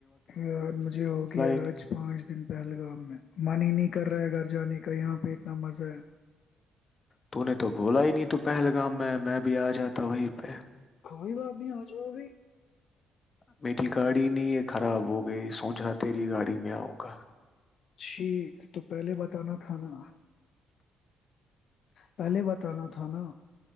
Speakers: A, on the left (about 65°); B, on the left (about 35°).
A: یار مجھے ہو گیا
B: نہیں
A: آج پانچ دن پہلگام میں من ہی نہیں کر رہا ہے گھر جانے کا کا یہاں پہ اتنا مزہ ہے
B: تو نے تو بولا ہی نہیں تو پہلگام میں میں بھی آ جاتا وہیں پہ
A: کوئی بات نہیں آ جاؤ ابھی
B: میری گاڑی نہیں یہ خراب ہو گئی سوچ رہا تری گاڑی میں آں گا
A: ٹھیک تو پہلے بتانا تھا نا پہلے بتانا تھا نا